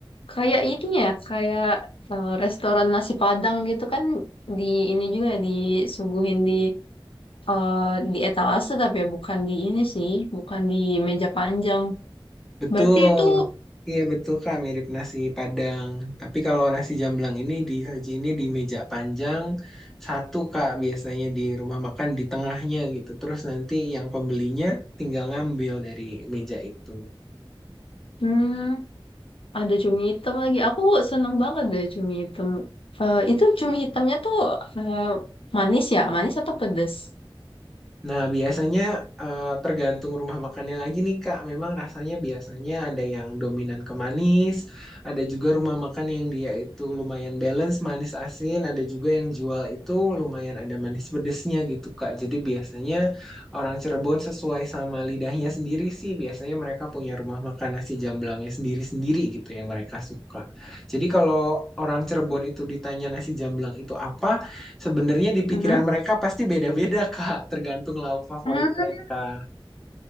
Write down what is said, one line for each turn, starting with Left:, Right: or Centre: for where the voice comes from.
Left: kayak ini ya, kayak eh, restoran nasi Padang gitu kan di ini juga disuguhin di eh, di etalase tapi ya bukan di ini sih, bukan di meja panjang.
Centre: Betul.
Left: Berarti itu
Centre: Iya betul Kak, mirip nasi Padang. Tapi kalau nasi jamblang ini di ini di meja panjang satu Kak, biasanya di rumah makan di tengahnya gitu. Terus nanti yang pembelinya tinggal ngambil dari meja itu.
Left: hmm. Ada cumi hitam lagi. Aku seneng banget deh cumi hitam. Eh, itu cumi hitamnya tuh eh, manis ya? Manis atau pedes?
Centre: Nah, biasanya eh, tergantung rumah makannya lagi nih, Kak. Memang rasanya biasanya ada yang dominan ke manis, ada juga rumah makan yang dia itu lumayan balance manis asin, ada juga yang jual itu lumayan ada manis pedesnya gitu, Kak. Jadi biasanya orang Cirebon sesuai sama lidahnya sendiri sih, biasanya mereka punya rumah makan nasi jamblangnya sendiri-sendiri gitu yang mereka suka. Jadi kalau orang Cirebon itu ditanya nasi jamblang itu apa, Sebenarnya di pikiran
Left: Mhm.
Centre: mereka pasti beda-beda, Kak, tergantung lauk favorit
Left: Hmm,
Centre: mereka.